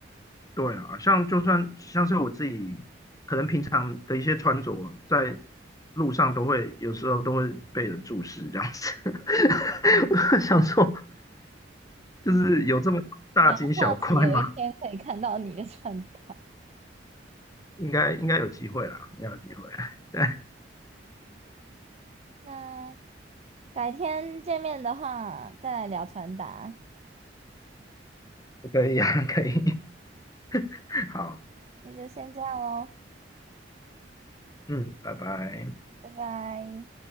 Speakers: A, on the left (about 20°); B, on the right (about 35°).
A: 对啊，像就算像是我自己，可能平常的一些穿着，在路上都会有时候都会被人注视这样子。<laughs> 我就想说，就是有这么大惊小怪吗？
B: 那我蛮好奇，有一天可以看到你的穿搭。<laughs>
A: 应该应该有机会啦，应该有机会。<laughs> 对，
B: 那改天见面的话，再来聊穿搭。
A: 可以啊，可以。<laughs> 好，
B: 那就先这样喽，
A: 嗯，拜拜。
B: 拜拜。